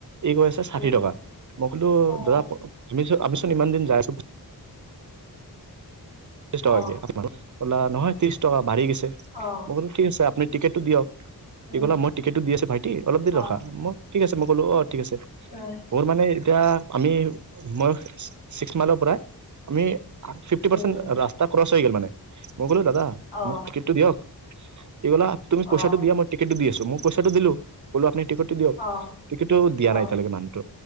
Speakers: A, on the right; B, on the left.
A: এই কৰি আছে ষাঠি
B: উম
A: টকা মই কলো
B: অ
A: দাদা তুমি আমিচোন ইমান দিন যাই ত্ৰিশ টকাকে
B: অ
A: নহয় ত্ৰিশ টকা বাঢ়ি গৈছে মই
B: অ
A: কল ঠিক আছে আপুনি টিকেটটো দিয়ক
B: উম
A: কি কলা মই টিকেটটো দি আচো ভাইটি অলপ দেৰি
B: অ
A: ৰখা ম ঠিক আছে মই ক'লো অ ঠিক আছে।
B: উম
A: মোৰ মানে এতিয়া আমি মই ছিক্স মাইলৰ পৰাই আমি ফিফটি
B: উম
A: পাৰ্চেণ্ট
B: উম
A: ৰাস্তা ক্ৰচ হৈ গল মানে মই ক'লো দাদা
B: অ
A: মোক টিকটটো দিয়ক এই বা তুমি পইচা
B: অ
A: দিয়া মই টিকটটো দি আছো মই পইছাটো দিলো আপুনি টিকটটো দিয়ক
B: অ
A: টিকটো দিয়া
B: অ
A: নাই এতিয়ালৈকে মানুহতো